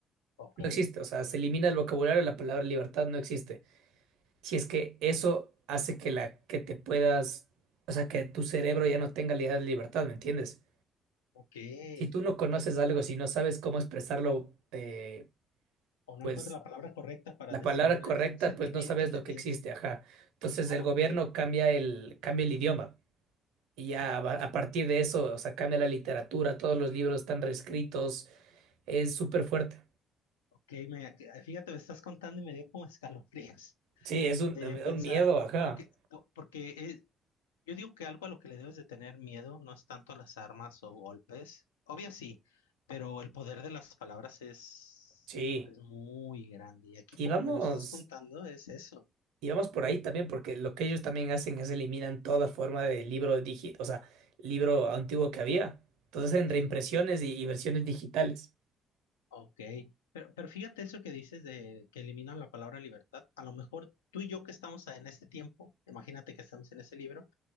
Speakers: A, on the left; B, on the right.
A: Ok,
B: No existe, o sea, se elimina el vocabulario, la palabra libertad no existe. Si es que eso hace que la que te puedas, o sea, que tu cerebro ya no tenga la idea de libertad, ¿me entiendes?
A: ok.
B: si tú no conoces algo, si no sabes cómo expresarlo, eh,
A: O
B: pues
A: no encuentro la palabra correcta para
B: la
A: decir
B: palabra correcta,
A: eh, un sentimiento
B: pues no sabes
A: que
B: lo
A: tienes.
B: que existe, ajá. Entonces
A: Ok,
B: el gobierno cambia el, cambia el idioma y ya va- a partir de eso, o sea, cambia la literatura, todos los libros están reescritos, es súper fuerte.
A: ok. Me, fíjate, me estás contando y me dio como escalofríos.
B: Sí, es un,
A: De
B: me
A: pensar,
B: da un miedo, ajá.
A: porque, po- porque eh, Yo digo que algo a lo que le debes de tener miedo no es tanto las armas o golpes. Obvio sí, pero el poder de las palabras es,
B: Sí.
A: es muy grande. Y aquí
B: Y
A: como
B: vamos,
A: me lo estás contando es eso.
B: y vamos por ahí también, porque lo que ellos también hacen es eliminan toda forma de libro digital, o sea, libro antiguo que había. Entonces en
A: Sí,
B: reimpresiones y y versiones digitales.
A: ok. Pero, pero fíjate eso que dices de que eliminan la palabra libertad. A lo mejor tú y yo que estamos en este tiempo, imagínate que estamos en ese libro,